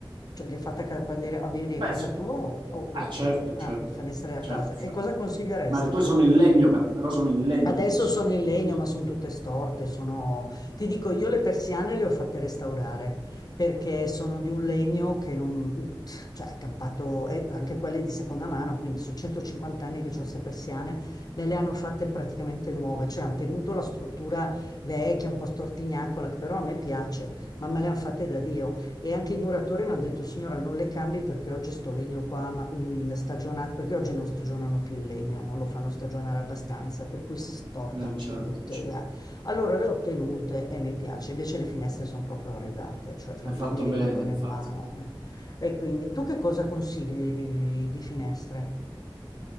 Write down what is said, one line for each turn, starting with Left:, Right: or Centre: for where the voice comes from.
Left: cioè le hai fatte a ca- quando eri- avevi
Right: Beh,
Left: a casa
Right: se-
Left: tua o, o, o-
Right: ah, certo,
Left: o- ah,
Right: certo,
Left: finestre a
Right: certo,
Left: casa?
Right: certo.
Left: E cosa consiglieresti
Right: certo. Ma le tue
Left: tu?
Right: sono in legno, per- però sono in legno
Left: Adesso
Right: adesso,
Left: sono in
Right: le
Left: legno,
Right: tue.
Left: ma sono tutte storte. Sono... Ti dico, io le persiane le ho fatte restaurare perché sono di un legno che non... cioè è campato, e anche quelle di seconda mano, quindi sono 150 anni che ho queste persiane, me le hanno fatte praticamente nuove, cioè hanno tenuto la struttura vecchia, un po' stortignacola, che però a me piace, ma me le hanno fatte da Dio. E anche i muratori mi hanno detto, signora, non le cambi perché oggi sto legno qua, ma, mm, stagionato, perché oggi non stagionano più il legno, non lo fanno stagionare abbastanza, per cui si stortano
Right: Eh, certo,
Left: tutte.
Right: certo.
Left: va." Allora le ho tenute e mi piace, invece le finestre sono proprio arrivate, cioè fra
Right: Hai
Left: un
Right: fatto
Left: po' mi rimangono
Right: bene, infatti.
Left: in mano. eh. E quindi tu che cosa consigli di, di finestre?